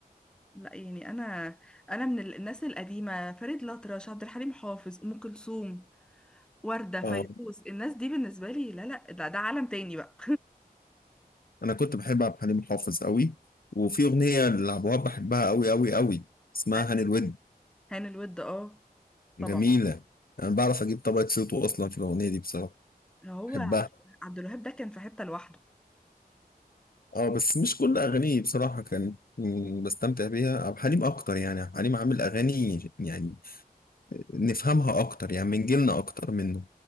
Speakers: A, in the centre; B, on the left.
A: لا يعني انا انا من الناس القديمه فريد الأطرش عبد الحليم حافظ ام كلثوم ورده فيروز
B: اه
A: الناس دي بالنسبه لي لا لا ده ده عالم تاني بقى
B: انا كنت بحب عبد الحليم حافظ قوي وفي اغنيه لعبد الوهاب بحبها قوي قوي قوي اسمها
A: <laughs>
B: هاني الود
A: هاني الود اه طبعا
B: جميله انا بعرف اجيب طبقه صوته اصلا في الاغنيه دي بصراحه
A: اللي هو
B: بحبها
A: عبد الوهاب ده كان في حته لوحده
B: اه بس مش كل اغانيه بصراحه كان مم، بستمتع بيها عبد الحليم اكتر يعني عبد الحليم عامل اغاني يعني نفهمها اكتر يعني من جيلنا اكتر منه